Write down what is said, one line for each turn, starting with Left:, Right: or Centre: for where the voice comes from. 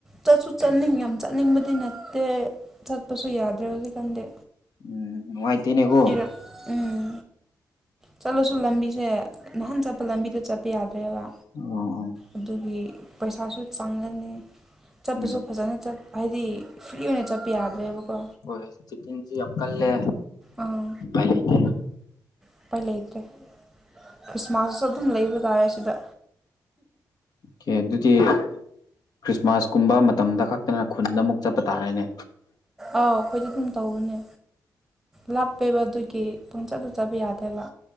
Centre: ꯆꯠꯁꯨ ꯆꯠꯅꯤꯡ ꯌꯥꯝ ꯆꯠꯅꯤꯡꯕꯗꯤ ꯅꯠꯇꯦ ꯆꯠꯄꯁꯨ ꯌꯥꯗ꯭ꯔꯦ ꯍꯧꯖꯤꯛꯀꯥꯟꯗꯤ
Left: ꯎꯝ ꯅꯨꯡꯉꯥꯏꯇꯦꯅꯦ ꯀꯣ
Centre: ꯏꯔꯥꯡ ꯎꯝ ꯆꯠꯂꯁꯨ ꯂꯝꯕꯤꯁꯦ ꯅꯥꯍꯟ ꯆ ꯑ ꯂꯝꯕꯤꯗ ꯆꯠꯄ ꯌꯥꯗ꯭ꯔꯦꯕ
Left: ꯑꯣ ꯑꯣ
Centre: ꯑꯗꯨꯒꯤ ꯄꯩꯁꯥꯁꯨ ꯆꯪꯡꯒꯅꯤ ꯆꯠꯄꯁꯨ
Left: ꯎꯝ
Centre: ꯐꯖꯅ ꯆꯠ ꯍꯥꯏꯗꯤ ꯐ꯭ꯔꯤ ꯑꯣꯏꯅ ꯆꯠꯄ ꯌꯥꯗ꯭ꯔꯦꯕꯀꯣ
Left: ꯍꯣꯏ ꯍꯣꯏ ꯆꯦꯛꯀꯤꯡꯖꯨ ꯌꯥꯝ ꯀꯜꯂꯦ
Centre: ꯑꯥ
Left: ꯎꯄꯥꯏ ꯂꯩꯇꯦ
Centre: ꯎꯄꯥꯏ ꯂꯩꯇ꯭ꯔꯦ ꯈ꯭ꯔꯤꯁꯃꯥꯁꯇꯁꯨ ꯑꯗꯨꯝ ꯂꯩꯕ ꯇꯥꯔꯦ ꯁꯤꯗ
Left: ꯑꯣꯀꯦ ꯑꯗꯨꯗꯤ ꯈ꯭ꯔꯤꯁꯃꯥꯁ ꯀꯨꯝꯕ ꯃꯇꯝꯗ ꯈꯛꯇꯅ ꯈꯨꯟꯗ ꯑꯃꯨꯛ ꯆꯠꯄ ꯇꯥꯔꯦꯅꯦ
Centre: ꯑꯥꯎ ꯑꯩꯈꯣꯏꯗꯤ ꯑꯗꯨꯝ ꯇꯧꯕꯅꯦ ꯂꯥꯞꯄꯦꯕ ꯑꯗꯨꯒꯤ ꯄꯨꯡ ꯆꯠꯇ ꯆꯠꯕ ꯌꯥꯗꯦꯕ